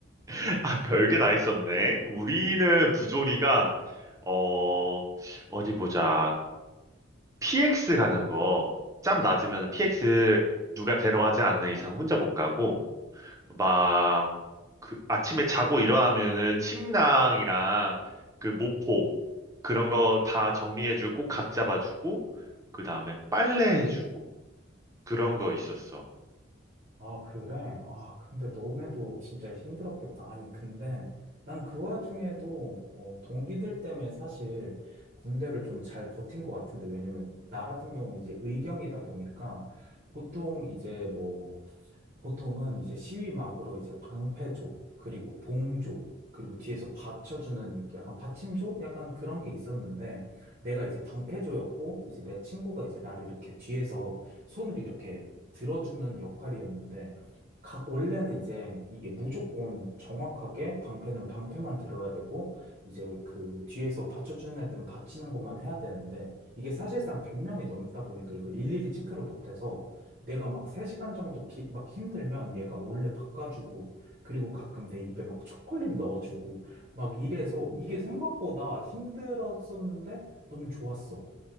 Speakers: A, on the right; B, on the right.
A: <laughs> 아, 별게 다 있었네. 우리는 부조리가, 어, 어디 보자. PX 가는 거. 짬 낮으면 PX 누가 데려가지 않는 이상 혼자 못 가고, 막, 그, 아침에 자고 일어나면은 침낭이랑 그 모포, 그런 거 다 정리해주고 각 잡아주고 그 다음에 빨래해주고 그런 거 있었어.
B: 아, 그래? 아, 근데 너네도 진짜 힘들었겠다. 아니, 근데 난 그 와중에도 어, 동기들 때문에 사실 군대를 좀 잘 버틴 것 같은데, 왜냐면 나 같은 경우는 이제 의경이다 보니까 보통 이제 뭐 보통은 이제 시위막으로 이제 방패조, 그리고 봉조, 그리고 뒤에서 받쳐주는 이렇게 약간 받침조? 약간 그런 게 있었는데, 내가 이제 방패조였고, 이제 내 친구가 이제 나를 이렇게 뒤에서 손을 이렇게 들어주는 역할이었는데, 각, 원래는 이제 이게 무조건 정확하게 방패는 방패만 들어야 되고, 이제 그 뒤에서 받쳐주는 애들은 받치는 것만 해야 되는데, 이게 사실상 100명이 넘다 보니까 이걸 일일이 체크를 못해서, 내가 막 3시간 정도 기- 막 힘들면 얘가 몰래 바꿔주고, 그리고 가끔 내 입에 막 초콜릿 넣어주고, 막 이래서 이게 생각보다 힘들었었는데 너무 좋았어.